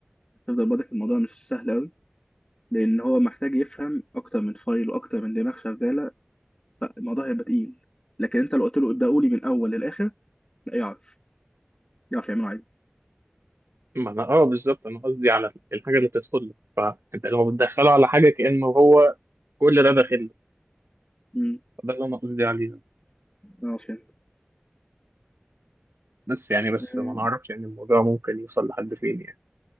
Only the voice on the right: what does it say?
ما أنا أه بالظبط أنا قصدي على الحاجة اللي بتدخل له فأنت لو بتدخله على حاجة كأنه هو كل ده داخل له،
ده اللي انا قصدي عليه
بس يعني بس
ما نعرفش يعني الموضوع ممكن يوصل لحد فين يعني